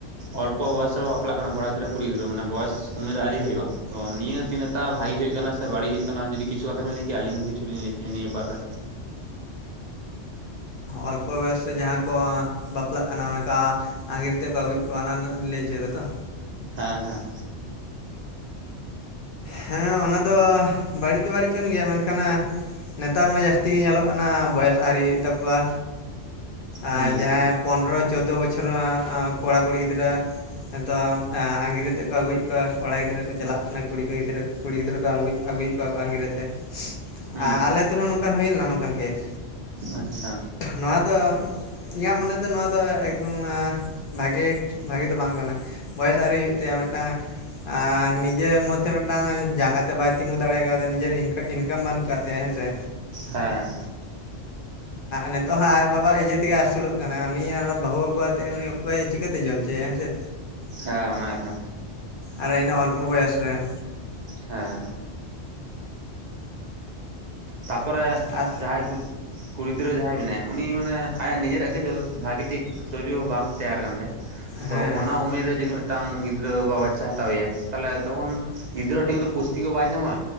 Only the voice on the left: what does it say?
ᱚᱞᱯᱚ ᱵᱚᱭᱚᱥ ᱨᱮ ᱡᱟᱦᱟᱸ ᱠᱚ ᱵᱟᱯᱞᱟᱜ ᱠᱟᱱᱟ ᱚᱱᱠᱟᱼᱼ ᱟᱝᱜᱤᱨ ᱛᱮᱫ ᱠᱚ ᱟᱹᱜᱩᱭᱮᱫ ᱠᱚᱣᱟ ᱚᱱᱟ ᱨᱮᱱᱟᱜ ᱮᱢ ᱞᱟᱹᱭ ᱚᱪᱚᱭᱮᱫᱟ ᱛᱚ?
ᱦᱮᱸ ᱚᱱᱟ ᱫᱚ ᱵᱟᱹᱲᱤᱡ ᱫᱚ ᱵᱟᱹᱲᱤᱡ ᱠᱟᱱ ᱜᱮᱭᱟ ᱢᱮᱱᱠᱷᱟᱱ ᱼᱼ ᱱᱮᱛᱟᱨ ᱢᱟ ᱡᱟᱹᱥᱛᱤ ᱜᱮ ᱧᱮᱞᱚᱜ ᱠᱟᱱᱟ ᱵᱚᱭᱮᱥ ᱟᱹᱣᱨᱤ ᱦᱩᱭᱩᱜ ᱛᱟᱠᱚᱣᱟ᱾ ᱟᱨ
ᱡᱟᱦᱟᱸᱭ ᱯᱚᱱᱨᱚ ᱪᱳᱫᱽᱫᱳ ᱵᱚᱪᱷᱚᱨ ᱨᱮᱱᱟᱜ ᱠᱚᱲᱟᱼ ᱠᱩᱲᱤ ᱜᱤᱫᱽᱨᱟᱹᱼᱼ ᱱᱤᱛᱚᱝ ᱟᱝᱜᱤᱨᱛᱮᱫ ᱠᱚ ᱟᱹᱜᱩᱭᱮᱫ ᱠᱚᱣᱟ ᱠᱚᱲᱟ ᱜᱤᱫᱽᱨᱟᱹ ᱠᱚ ᱪᱟᱞᱟᱜ ᱠᱟᱱᱟ ᱠᱩᱲᱤ ᱠᱚ ᱜᱤᱫᱽᱨᱟᱹᱼᱼ ᱠᱩᱲᱤ ᱜᱤᱫᱽᱨᱟᱹᱠᱚ ᱟᱜᱩᱭ ᱟᱹᱜᱩᱭᱮᱫ ᱠᱚᱣᱟ ᱟᱸᱜᱤᱨ ᱠᱟᱛᱮ᱾
ᱟᱨ ᱟᱞᱮ ᱟᱹᱛᱩ ᱨᱮᱦᱚ ᱱᱚᱝᱠᱟᱱ ᱦᱩᱭ ᱞᱮᱱᱟ ᱱᱚᱝᱠᱟᱱ ᱠᱮᱥ᱾
ᱱᱚᱣᱟ ᱫᱚᱼᱼ ᱤᱧᱟᱹᱜ ᱢᱚᱱᱮ ᱫᱚ ᱱᱚᱣᱟ ᱫᱚ ᱮᱠᱫᱚᱢ ᱵᱷᱟᱜᱮ ᱵᱷᱟᱜᱮ ᱫᱚ ᱵᱟᱝ ᱠᱟᱱᱟ᱾ ᱵᱚᱭᱮᱥ ᱟᱹᱣᱨᱤ ᱦᱩᱭᱩᱜ ᱛᱟᱭᱟ ᱢᱤᱫᱴᱟᱝᱼᱼ ᱟᱨ ᱱᱤᱡᱮᱨ ᱢᱚᱫᱽᱫᱷᱮ ᱢᱤᱫᱴᱟᱝ ᱡᱟᱸᱜᱟ ᱛᱮ ᱵᱟᱭ ᱛᱤᱸᱜᱩ ᱫᱟᱲᱮ ᱠᱟᱣᱫᱟ ᱱᱤᱡᱮᱨ ᱤᱱᱠᱟᱹᱼᱼ ᱤᱱᱠᱟᱢ ᱵᱟᱹᱱᱩᱜ ᱠᱟᱜ ᱛᱟᱭᱟ ᱦᱮᱸᱥᱮ
ᱱᱤᱛᱚᱜ ᱦᱚᱸ ᱟᱡ ᱵᱟᱵᱟ ᱤᱭᱟᱹᱼᱼ ᱛᱮᱜᱮ ᱟᱹᱥᱩᱞᱚᱜ ᱠᱟᱱᱟ ᱩᱱᱤ ᱟᱨᱚ ᱵᱟᱹᱦᱩ ᱟᱹᱜᱩ ᱟᱛᱮᱫ ᱩᱱᱤ ᱚᱠᱚᱭ ᱪᱤᱠᱟᱹᱛᱮ ᱡᱚᱢ ᱦᱚᱪᱚᱭᱟᱭ ᱦᱮᱸ ᱥᱮ?
ᱟᱨᱚ ᱤᱱᱟᱹ ᱚᱞᱯᱚ ᱵᱚᱭᱚᱥ ᱨᱮᱱ᱾
ᱟᱨ
ᱦᱮᱸ